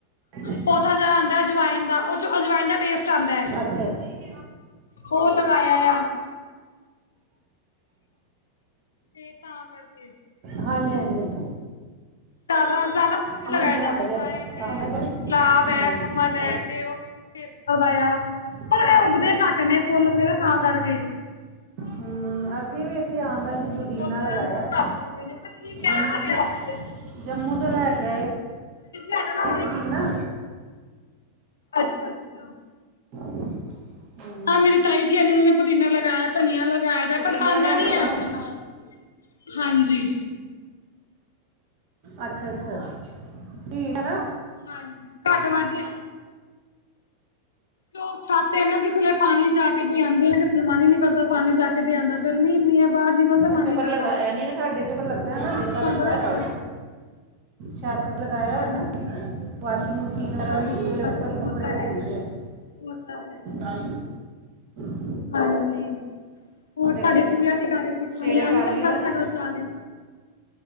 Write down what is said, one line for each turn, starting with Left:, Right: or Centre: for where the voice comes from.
Right: ਹਾਂਜੀ ਜੀ
Left: ਪੌਦਾ ਜਾ ਆਂਦਾ ਅਜਵਾਇਨ ਦਾ ਉਹ ਚੋਂ ਅਜਵਾਇਨ ਦਾ ਟੇਸਟ ਆਂਦਾ
Right: ਅੱਛਾ ਅੱਛਾ
Left: ਉਹ ਲਗਾਇਆ ਆ ਤੇ ਤਾਂ ਕਰਕੇ
Right: ਹਾਂਜੀ ਹਾਂਜੀ
Left: ਜ਼ਿਆਦਾ ਜ਼ਿਆਦਾ ਕੁਛ ਨੀ
Right: ਹਾਂਜੀ
Left: ਲਗਾਇਦਾ
Right: ਹਾਂਜੀ ਮੋਟਾ
Left: ਅਜਵਾਇਨ
Right: ਜਿਹਾ ਪੱਤਾ
Left: ਏ,
Right: ਹੁੰਦਾ ਕਿ
Left: ਗੁਲਾਬ ਏ,
Right: ਹਾਂਜੀ
Left: ਕਮਲ ਏ ਤੇੇ ਉਹ ਕੇਸਰ ਦਾ ਆ
Right: ਅੱਛਾ
Left: ਪਰ ਇਹ ਉੱਗਦੇ
Right: ਅੱਛਾ
Left: ਘਟ ਨੇ ਫੁੱਲ ਵਗੈਰਾ ਤਾਂ ਕਰਕੇ
Right: ਹੂੰ ਅਸੀਂ ਵੀ ਇੱਥੇ ਆਂਗਣ
Left: ਹਾਂਜੀ,
Right: 'ਚ ਪੁਦੀਨਾ
Left: ਫੁੱਲ
Right: ਲਗਾਇਆ
Left: ਬਹੁਤ ਘੱਟ ਨੇ ਉਗਦੇ ਨੇ ਪਰ ਠੀਕ
Right: ਜੰਮੂ
Left: ਏ ਹਰਿਆਲੀ ਏ
Right: ਜੰਮੂ ਤੋਂ ਲੈ ਕੇ ਆਏ
Left: ਹੈ ਨਾ ਉਹਨਾਂ
Right: ਪੁਦੀਨਾ
Left: ਨੇ ਅੱਛਾ-ਅੱਛਾ
Right: <inaudible>
Left: ਮੇਰੀ ਤਾਈ ਜੀ ਏਨਾ ਨੇ ਉਨਾਂ ਨੇ ਪੁਦੀਨਾ ਲਗਾਇਆ ਧਨੀਆ ਲਗਾਇਆ ਦਾ
Right: ਪੁਦੀਨਾ
Left: ਪਟ ਆਂਦਾ
Right: ਲਿਆਂਦਾ
Left: ਨੀ
Right: ਜੰਮੂ
Left: ਐ ਉਸ ਨਾਲ। ਹਾਂਜੀ।
Right: ਅੱਛਾ-ਅੱਛਾ ਕੀ <inaudible> <inaudible>
Left: ਹਾਂਜੀ ਘੱਟ ਵੱਧ ਹੀ ਆਂਦਾ ਤੇ ਓ ਛਾਤੇ ਨਾ ਕਿਸੇ ਲੇ ਪਾਣੀ ਜਾ ਕੇ ਦੇ ਆਂਦੇ ਆ ਕਿਸੇ ਦਾ ਮਨ ਈ ਨੀ ਕਰਦਾ ਪਾਣੀ ਜਾ ਕੇ ਦੇ ਆਂਦਾ ਗਰਮੀ ਇੰਨੀ ਐ ਬਾਰ ਨੀ
Right: ਅੱਛਾ ਉਪਰ
Left: ਕਰਦਾ
Right: ਲਗਾਇਆ ਨੀ ਨਾ ਸਾਡੇ ਤੇ ਉਪਰ ਲੱਗਾ ਨਾ ਜੇਖਾ ਲੱਗਾ
Left: ਬੜਾ ਅੱਛਾ
Right: ਆ। ਛੱਤ ਲਗਾਇਆ
Left: ਹਾਂਜੀ
Right: ਐ ਨਾ ਵਾਸ਼ਿੰਗ ਮਸ਼ੀਨ ਵਗੈਰਾ
Left: ਹਾਂਜੀ
Right: ਵੀ ਇਸ ਵੇਲੇ
Left: ਹਾਂਜੀ
Right: ਉੱਪਰ ਈ ਕੱਪੜੇ
Left: ਉਹ ਤਾਂ
Right: ਧੋ
Left: ਹੈ
Right: ਲਈਦੇ
Left: ਹੀ ਉਹ ਤਾਂ ਹੈ ਹੀ।
Right: ਐ। <inaudible>
Left: ਹਾਂਜੀ ਹੋਰ ਤੁਹਾਡੇ
Right: ਕਰਕੇ
Left: ਗੁੜੀਆ ਕੀ ਕਰ ਛੋਟੀ
Right: ਸਵੇਰੇ
Left: ਵਾਲੀ ਆ
Right: ਕਰ
Left: ਗਈ
Right: ਲਈ
Left: ਅੰਦਰ
Right: ਦਾ
Left: ਸਾਈਕਲ
Right: ਨਾ।
Left: ਚਲਾ ਕੇ?